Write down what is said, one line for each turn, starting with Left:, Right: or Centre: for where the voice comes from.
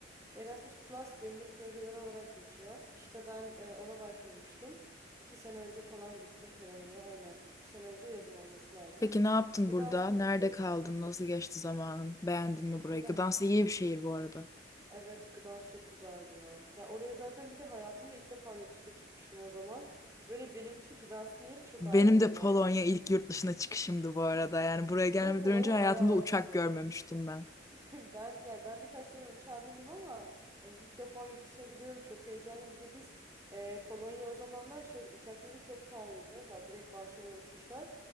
Right: Erasmus Plus günlük projeler olarak geçiyor. İşte ben e, ona başvurmuştum. İki sene önce falan gittim Polonya'ya. Aynen. İki sene önce yazın olması lazım.
Left: Peki ne yaptın
Right: Gdansk'a
Left: burada? Nerede
Right: gittim.
Left: kaldın? Nasıl geçti zamanın? Beğendin mi burayı?
Right: Gda
Left: Gdansk iyi bir şehir bu arada.
Right: evet Gdansk çok güzeldi ya. Ya oraya zaten bir de hayatımda ilk defa yurt dışına çıkmıştım o zaman. Böyle benim için Gdansk'ın yeri çok
Left: Benim
Right: ayrıdır
Left: de
Right: yani.
Left: Polonya ilk yurt dışına çıkışımdı bu arada. Yani buraya gelmeden
Right: Ve Polonya
Left: önce hayatımda
Right: bayağı
Left: uçak
Right: ucuz ya.
Left: görmemiştim ben.
Right: <laughs> Ben yani ben birkaç kere uçağa bindim ama hani ilk defa yurt dışına gidiyorum çok heyecanlıyım. Bir de biz e, Polonya o zamanlar şey uçak bileti çok pahalıydı. Va- Direkt Varşova'ya uçuşlar.